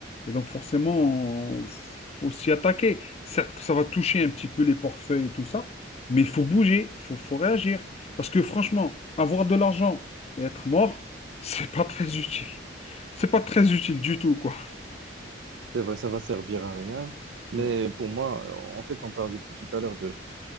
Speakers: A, on the left (about 35°); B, on the right (about 75°).
A: Et donc, forcément, il faut s'y attaquer. Certes que ça va toucher un petit peu les portefeuilles et tout ça, mais il faut bouger, il faut, faut réagir. Parce que franchement, avoir de l'argent et être mort, <laughs> c'est pas très utile. C'est pas très utile du tout, quoi.
B: C'est vrai, ça va servir à rien. Mais
A: Ouais.
B: pour moi, en fait, on parle depuis tout à l'heure de,